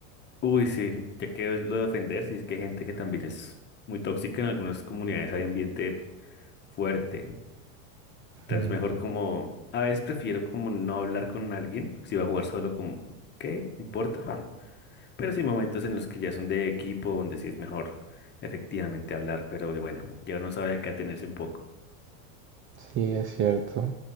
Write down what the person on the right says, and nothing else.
Mm,
sí, es cierto.